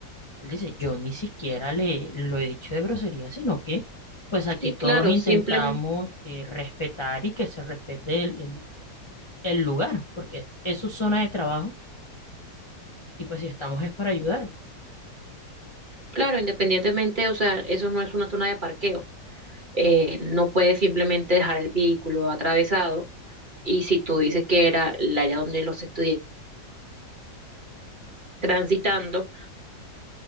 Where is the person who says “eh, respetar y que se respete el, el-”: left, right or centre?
Left